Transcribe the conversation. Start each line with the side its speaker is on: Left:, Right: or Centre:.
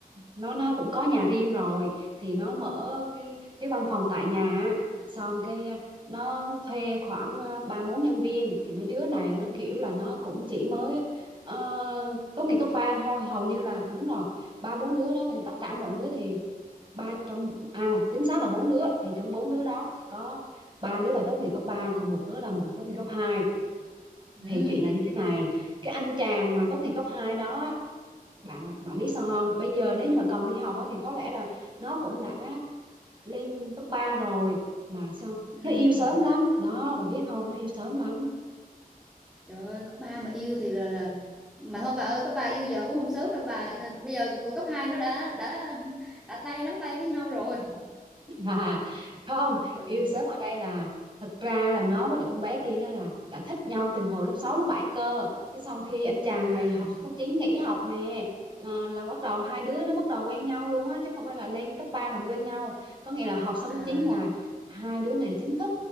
Right: nó nó cũng có nhà riêng rồi thì nó mở cái cái văn phòng tại nhà á. xong cái ờ, nó thuê khoảng ờ, ba bốn nhân viên thì mấy đứa này nó kiểu là nó cũng chỉ mới ờ, tốt nghiệp cấp ba thôi hầu như là đúng rồi ba bốn đứa đó thì tất cả mọi đứa thì ba trong à chính xác là bốn đứa thì trong bốn đứa đó có ba đứa là tốt nghiệp cấp ba còn một đứa là tốt nghiệp cấp hai
Centre: Ừ,
Right: thì chuyện là như thế này cái anh chàng mà tốt nghiệp cấp 2 đó bạn bạn biết sao không bây giờ nếu như mà còn đi học á, thì có lẽ là nó cũng đã lên cấp 3 rồi mà sao
Centre: ừ.
Right: nó yêu sớm lắm đó bà biết không nó yêu sớm lắm
Centre: Trời ơi, cấp 3 mà yêu thì là là mà thôi bà ơi, cấp 3 yêu giờ cũng không sớm đâu bà. Bây giờ tụi cấp 2 nó đã đã đã tay nắm tay với nhau rồi.
Right: À, không,
Centre: Ừ.
Right: yêu sớm ở đây là thật ra là nó với lại con bé kia đó là đã thích nhau từ hồi lớp 6 lớp 7 cơ. Cái xong khi anh chàng
Centre: À
Right: này học xong lớp 9 nghỉ học nè, à, là bắt đầu hai đứa nó bắt đầu quen nhau luôn á chứ không phải là lên cấp 3 làm quen nhau. Có nghĩa là học xong
Centre: à.
Right: lớp 9 là hai đứa này chính thức